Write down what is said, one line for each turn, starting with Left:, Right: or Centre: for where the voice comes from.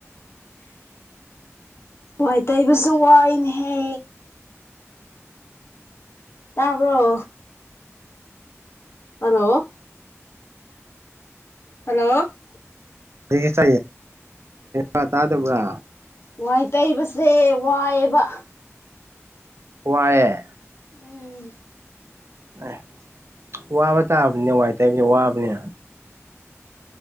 Left: ꯋꯥꯏ ꯇꯩꯕꯁꯨ ꯋꯥꯏꯅꯦꯍꯦ ꯇꯥꯕ꯭ꯔꯣ ꯍꯜꯂꯣ ꯍꯜꯂꯣ
Right: ꯀꯩ ꯑꯦꯅ ꯆꯥꯒꯦ <unintelligible> ꯇꯥꯗꯕ꯭ꯔ
Left: ꯋꯥꯏ ꯇꯩꯕꯁꯦ ꯋꯥꯏꯑꯕ
Right: ꯋꯥꯌꯦ
Left: ꯎꯝ
Right: ꯑꯦ ꯋꯥꯕ ꯇꯥꯕꯅꯦ ꯋꯥꯏ ꯇꯥꯏꯕꯁꯤ ꯋꯥꯕꯅꯦ